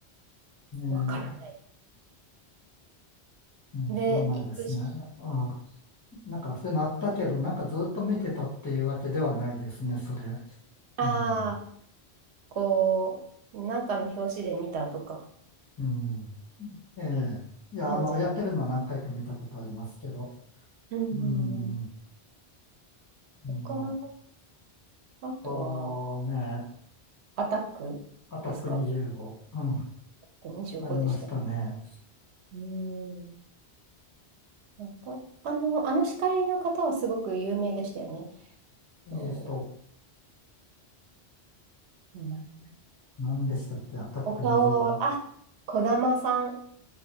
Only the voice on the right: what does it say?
わからない。
で、
行くし、
あ
あ、こう、なんかの表紙で見たとか、
感じ。
うんうんうん。
他、あとは、
アタックですか
?25
でした。うん。わか、あの、あの司会の方はすごく有名でしたよね。
と、名前
お顔を、あ、児玉さん、